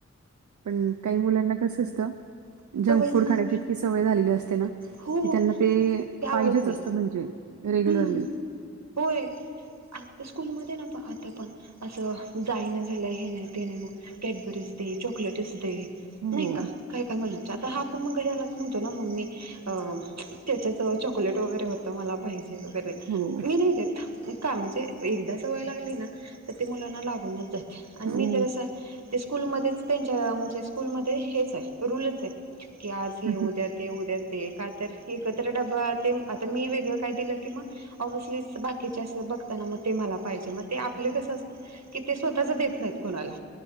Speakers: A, on the right; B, on the right.
A: पण काही मुलांना कसं असतं. जंक
B: सवयच
A: फूड
B: नसते
A: खाण्याची इतकी सवय झालेली असते ना
B: हो
A: की
B: हो
A: त्यांना ते
B: हे आवडत
A: पाहिजेच
B: नाही
A: असत. म्हणजे रेग्युलरली.
B: हम्म होय आता स्कूलमध्ये ना पा आता पाहा असं जाई ना झालं हे नाही ते नाही मग कॅटबरीच चॉकलेट च दे
A: हो
B: नाही का काय काय मुलांच्या हा पण मग ह्यालाच म्हणतो ना मम्मी अ त्याच्या जवळ चॉकलेट वगैरे होतं मला पाहिजे, वगरे
A: हो
B: मी नाही देत का म्हणजे एकदा सवय लागली ना ते मुलांना लागूनच जाते आण
A: हो
B: मी तर असं ते स्कूलमध्येच त्यांच्या म्हणजे स्कूलमध्ये हेचे रूलचे की आज हे
A: हं,
B: उद्या
A: हं.
B: ते उद्या ते का तर एकत्र ड्बा ते आता मी वेगळं काय दिलं की मग ऑबेसली बाकी चे असे बघताना म ते मला पाहिजे ते आप कस असत की ते स्वत च देत नाही कोणाला